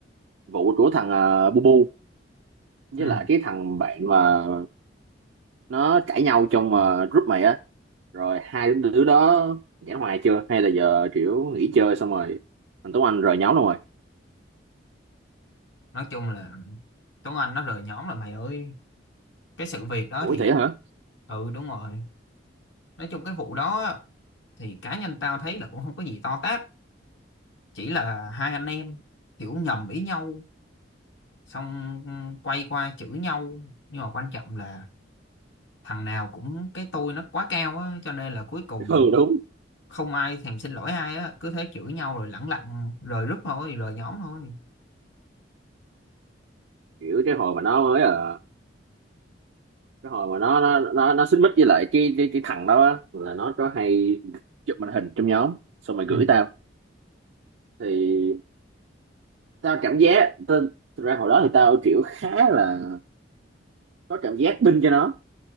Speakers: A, on the right; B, on the left.
A: vụ của thằng ờ, Bu Bu với
B: ừ.
A: lại cái thằng bạn mà nó cãi nhau trong ờ, group mày á rồi hai đứa đó giải hòa chưa hay là giờ kiểu nghỉ chơi xong rồi thằng Tuấn Anh rời nhóm luôn rồi
B: nói chung là Tuấn Anh nó rời nhóm là mày ơi cái sự việc đó
A: ủa
B: thì
A: thế hả
B: ừ đúng rồi nói chung cái vụ đó á, thì cá nhân tao thấy là cũng không có gì to tát chỉ là hai anh em hiểu nhầm ý nhau xong quay qua chửi nhau nhưng mà quan trọng là thằng nào cũng cái tôi nó quá cao á cho nên là cuối cùng
A: ừ đúng
B: không ai thèm xin lỗi ai á cứ thế chửi nhau rồi lẳng lặng rời group thôi rời nhóm thôi
A: kiểu cái hồi mà nó mới ờ, cái hồi mà nó nó nó nó xích mích với lại cái cái, cái thằng đó á, là nó có hay chụp màn hình trong nhóm xong rồi
B: ừ,
A: gửi tao thì tao cảm giác tao, thật ra hồi đó thì tao kiểu khá là có cảm giác binh cho nó